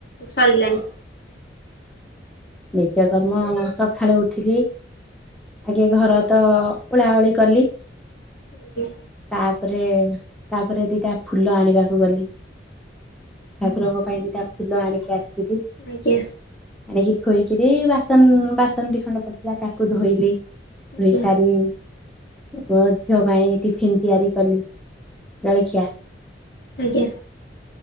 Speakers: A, on the left (about 55°); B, in the centre.
A: ସରିଲାଣି?
B: ନିତ୍ୟକର୍ମ ସକାଳୁ ଉଠିଲି ଆଗେ ଘର ତ ଉଳାଓଳି କଲି।
A: ଆଜ୍ଞା
B: ତାପରେ ତାପରେ ଦିଟା ଫୁଲ ଆଣିବାକୁ ଗଲି ଠାକୁରଙ୍କ ପାଇଁ ଦିଟା ଫୁଲ ଆଣିକି ଆସି ସିଲି
A: ଆଜ୍ଞା
B: ଆଣିକି। ଧୋଇକିରି ବାସନ ବାସନ ଦି ଖଣ୍ଡ ପଡିଥିଲା ତାକୁ ଧୋଇଲି।
A: ଆଜ୍ଞା
B: ଧୋଇସାରି ମୋ ଝିଅ ପାଇଁ ଟିଫିନ ତିଆରି କଲି ଜଳିଖିଆ
A: ଆଜ୍ଞା।